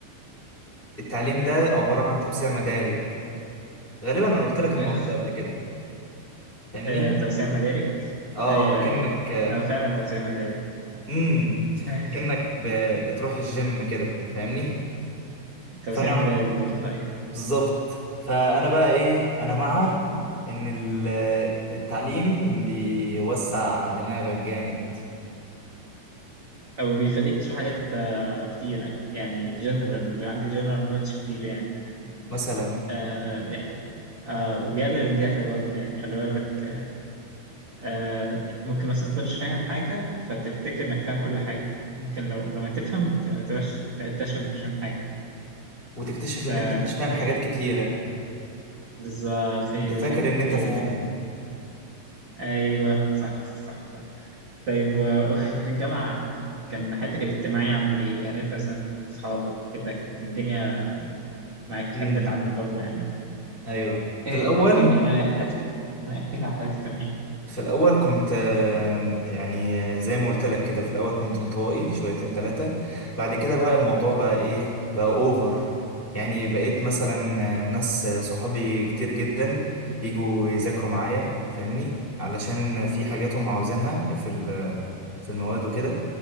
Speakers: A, on the left (about 80°); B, on the right (about 80°).
A: التعليم ده عبارة عن توسيع مدارك غالبا انا قلت لك
B: <laughs>
A: الموضوع ده قبل كده فاهمني
B: آه، توسيع مدارك
A: اه
B: ايوه
A: اكنك
B: ايوه ايوه هو فعلا توسيع مدارك
A: امم
B: <laughs>
A: اكنك ب... بتروح الجيم كده فاهمني
B: توسيع
A: فانا
B: مدارك برضه ايوه
A: بالظبط فانا بقى ايه انا مع
B: <laughs>
A: ان ال- التعليم بيوسع دماغك جامد
B: او بيخليك تشوف حاجات آه، كتيره يعني جنرال عندك جنرال نولج كتير يعني
A: مثلا
B: آه، دي حقيقة. آه، وبيقلل الجهل برضه يعني خلي بالك آه، ممكن مثلا متكونش فاهم حاجة فتفتكر إنك فاهم كل حاجة ممكن لو لما تفهم ت- تبقاش تكتشف إنك مش فاهم حاجة
A: وتكتشف
B: ف...
A: ان انت مش فاهم
B: فدي
A: حاجات
B: حاجة
A: كتيرة
B: بالظبط هي
A: انت
B: دي
A: فاكر
B: الفكرة
A: ان انت
B: هي
A: فاهمها
B: دي الفكرة أيوه صح صح صح طيب و- <laughs> وفي الجامعة كان حياتك الاجتماعية عاملة إيه؟ يعني أنت مثلا أصحابك كده كانت الدنيا معاك
A: امم
B: حابة أتعلم برضه يعني
A: ايوه
B: إيه
A: في الاول
B: احكي لنا عن حياتك الاجتماعية احكي لنا عن حياتك الاجتماعية
A: في الأول كنت آه، يعني آه، زي ما قلت لك كده في الأول كنت انطوائي شويتين تلاتة بعد كده بقى الموضوع بقى إيه بقى أوفر يعني بقيت مثلا آه، ناس آه، صحابي كتير جدا يجوا يذاكروا معايا فاهمني علشان في حاجات هم عاوزينها في ال- آه، في المواد وكده